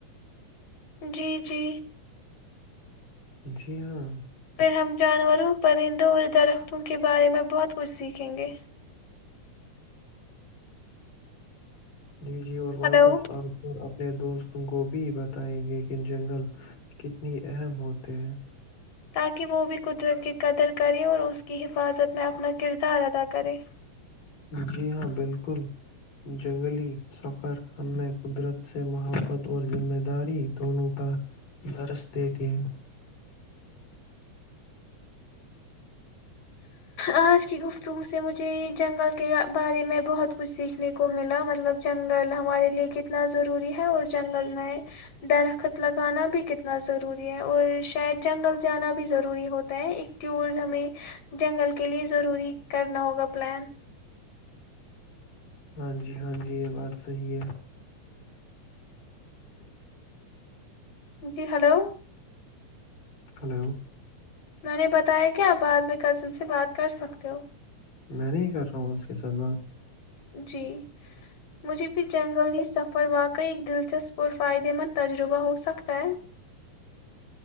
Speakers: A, on the left; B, on the left.
A: جی جی
B: جی ہاں
A: پھر ہم جانوروں پرندوں اور درختوں کے بارے میں بہت کچھ سیکھیں گے
B: جی جی اور واپس
A: ہلو
B: آ کر اپ اپنے دوستوں کو بھی بتائیں گے کہ جنگل کتنی اہم ہوتے ہیں
A: تاکہ وہ بھی قدرت کی قدر کریں اور اس کی حفاظت میں اپنا کردار ادا کرے
B: جی ہاں بالکل جنگلی سفر ہمیں قدرت سے محبت اور ذمہ داری دونوں پر درس دیتی ہے
A: آج کی گفتگو سے مجھے جنگل کے بارے میں بہت کچھ سیکھنے کو ملا مطلب جنگل ہمارے لیے کتنا ضروری ہے اور جنگل میں درخت لگانا بھی کتنا ضروری ہے اور شاید جنگل جانا بھی ضروری ہوتا ہے ایک ٹیور ہمیں جنگل کے لیے ضروری کرنا ہوگا پلان
B: ہاں جی ہاں جی یہ بات صحی ہے
A: جی ہلو
B: ہلو
A: میں نے بتایا کہ آپ بعد میں کزن سے بات کر سکتے ہو
B: میں نہیں کر رہا ہوں اس کے ساتھ بات
A: جی مجھے بھی جنگل یہ سفر واقعی ایک دلچسپ اور فائدے مند تجربہ ہو سکتا ہے